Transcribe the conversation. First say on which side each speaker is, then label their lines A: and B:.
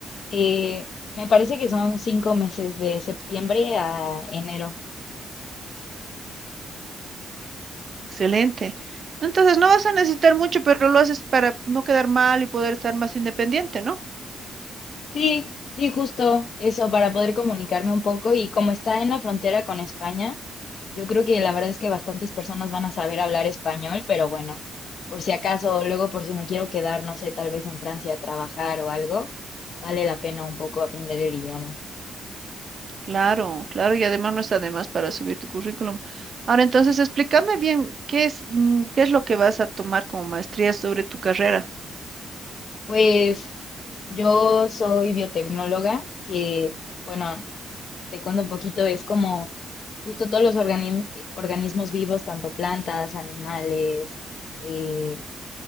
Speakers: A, on the left; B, on the right.
A: Eh, me parece que son cinco meses de septiembre a enero.
B: Excelente. Entonces no vas a necesitar mucho, pero lo haces para no quedar mal y poder estar más independiente, ¿no?
A: Sí, sí, justo eso, para poder comunicarme un poco. Y como está en la frontera con España, yo creo que la verdad es que bastantes personas van a saber hablar español, pero bueno, por si acaso, luego por si me quiero quedar, no sé, tal vez en Francia a trabajar o algo, vale la pena un poco aprender el idioma.
B: Claro, claro, y además no está de más para subir tu currículum. Ahora entonces explícame bien qué es, mm, qué es lo que vas a tomar como maestría sobre tu carrera.
A: Pues yo soy biotecnóloga, que bueno. te cuento un poquito, es como justo todos los organi- organismos vivos, tanto plantas, animales, eh,